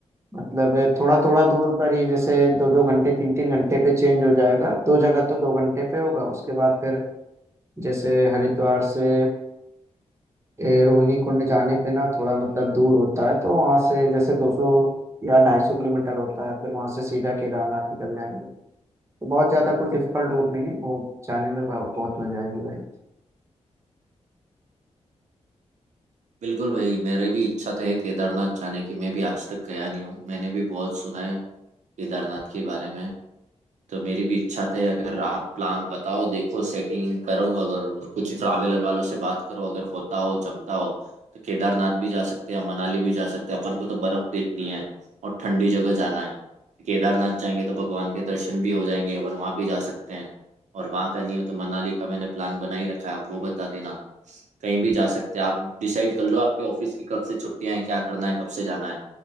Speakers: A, on the right (about 25°); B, on the right (about 80°).
A: मतलब थोड़ा थोड़ा दूर पर ही जैसे दो दो घंटे तीन तीन घंटे पे चेंज हो जाएगा दो जगह तो दो घंटे पे होगा उसके बाद फिर जैसे हरिद्वार से ए, रोहिणी कुंड जाने पे ना थोड़ा मतलब दूर होता है तो वहाँ से जैसे दो सौ या ढाई सौ किलोमीटर होता है फिर वहाँ से सीधा केदारनाथ निकल जाएंगे तो बहुत ज़्यादा कोई डिफिकल्ट रूट नहीं है वो जाने में बहु- बहुत मज़ा आएगी भाई
B: बिल्कुल भाई मेरे भी इच्छा तो है केदारनाथ जाने की मैं भी आज तक गया नहीं हूँ मैंने भी बहुत सुना है केदारनाथ के बारे में तो मेरी भी इच्छा थे अगर आप प्लान बताओ देखो सेटिंग करो अगर कुछ ट्रैवलर वालों से बात करो अगर होता हो जमता हो तो केदारनाथ भी जा सकते हैं मनाली भी जा सकते हैं अपन को तो बर्फ देखनी है और ठंडी जगह जाना है तो केदारनाथ जाएंगे तो भगवान के दर्शन भी हो जाएंगे अपन वहाँ भी जा सकते हैं और वहाँ का नहीं हो तो मनाली का मैंने प्लान बना ही रखा है आप वो बता देना कहीं भी जा सकते हैं आप डिसाइड कर लो आपके ऑफिस की कब से छुट्टियां हैं क्या करना है कब से जाना है